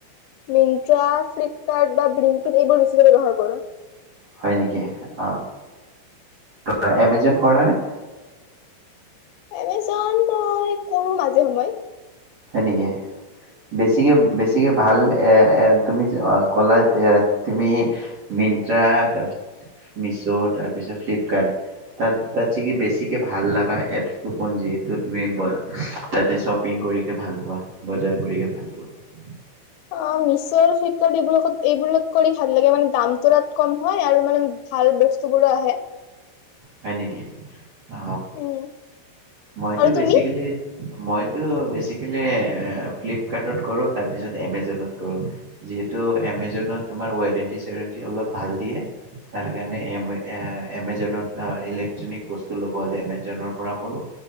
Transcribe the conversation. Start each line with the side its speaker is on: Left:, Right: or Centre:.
Left: মিনট্ৰা ফ্লিপকাৰ্ট বা ব্ৰিংকিন এইবোৰ বেছিকে ব্যৱহাৰ কৰোঁ
Right: হয় নেকি অ অ এমেজন কৰা নে
Left: এমেজন মই কৰো মাজে সময়ে
Right: হয় নেকি বেছিকে বেছিকে ভাল এ এ তুমি কলা তুমি মিনট্ৰা তাৰপিছ মিছো তাৰপিছত ফ্লিপকাৰ্ট তাত কি বেছিকে ভাল লগা এপছ কোন যি তুমি বজা তাতে শ্বপিং কৰি ভাল পোৱা বজাৰ কৰি ভাল পোৱা
Left: অ মিছ' ফ্লিপকাৰ্ট এইবোৰ এইবোৰ কৰি ভাল লাগে মানে দামটো ই কম হয় আৰু মানে ভাল বস্তুবোৰো আহে
Right: হয় নেকি অ
Left: উম।
Right: মইতো
Left: আৰু
Right: বেছিকেলি
Left: তুমি
Right: মইতো বেছিকেলি ফ্লিপকাৰ্টত কৰোঁ তাৰপিছত এমেজনত কৰোঁ যিহেতু এমেজনত তোমাৰ ৱাৰেণ্টি চেৰেণ্টি অলপ ভাল দিয়ে তাৰ কাৰণে এমেজনত ইলেকট্ৰনিক লব হলে এমেজনৰ পৰা কৰো